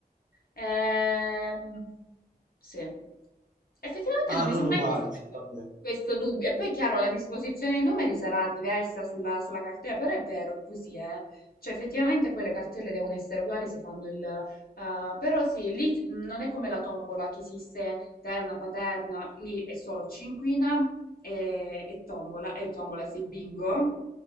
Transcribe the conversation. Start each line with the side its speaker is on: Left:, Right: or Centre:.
Left: Ehm, sì, effettivamente
Right: Ah,
Left: non mi
Right: non
Left: sono
Right: uguali,
Left: mai posto questo,
Right: sì, vabbè.
Left: questo dubbio. E poi, chiaro, la disposizione dei numeri sarà diversa sulla, sulla cartella, però è vero, è così, eh. Cioè, effettivamente poi le cartelle devono essere uguali se fanno il... eh, però sì, lì mh, non è come la tombola che esiste terna, quaterna, lì è solo cinquina e, e tombola, e tombola sì, bingo.